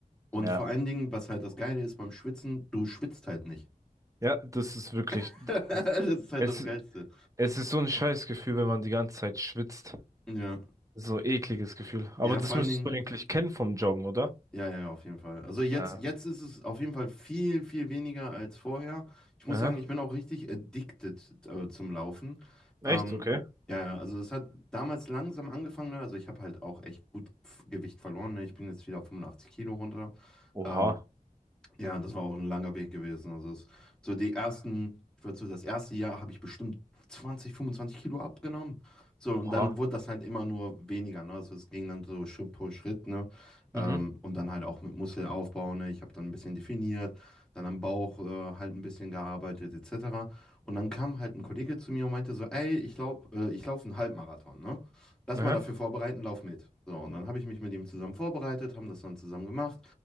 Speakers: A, in the centre; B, on the right.
A: Und
B: Ja.
A: vor allen Dingen, was halt das Geile ist beim Schwitzen, du schwitzt halt nicht.
B: Ja, das ist wirklich,
A: <laughs>
B: das
A: Das
B: ist-
A: ist halt
B: es,
A: das Geilste.
B: es ist so ein scheiß Gefühl, wenn man die ganze Zeit schwitzt.
A: Ja.
B: So ein ekliges Gefühl. Aber
A: Ja,
B: das
A: vor
B: müsstest
A: allen Dingen,
B: du eigentlich kennen vom Joggen, oder?
A: Ja, ja, auf jeden Fall. Also jetzt,
B: Ja.
A: jetzt ist es auf jeden Fall viel, viel weniger als vorher. Ich muss
B: Aha.
A: sagen, ich bin auch richtig addicted, äh, zum Laufen.
B: Echt?
A: Ähm,
B: Okay.
A: ja, ja, also es hat damals langsam angefangen. ne? Also ich habe halt auch echt gut Gewicht verloren. ne? Ich bin jetzt wieder auf 85 Kilo runter.
B: Oha.
A: Ähm, ja, das war auch ein langer Weg gewesen. Also es, so die ersten, ich würde so das erste Jahr habe ich bestimmt 20, 25 Kilo abgenommen. So, und
B: Oha.
A: dann wurde das halt immer nur weniger, ne? Also es ging dann so Schritt pro Schritt, ne? Ähm,
B: Mhm.
A: und dann halt auch mit Muskelaufbau, ne? Ich habe dann ein bisschen definiert, dann am Bauch äh, halt ein bisschen gearbeitet, etc. Und dann kam halt ein Kollege zu mir und meinte so, ey, ich glaube, äh, ich laufe einen Halbmarathon, ne? Lass
B: Aha.
A: mal dafür vorbereiten, lauf mit. So, und dann habe ich mich mit ihm zusammen vorbereitet, haben das dann zusammen gemacht.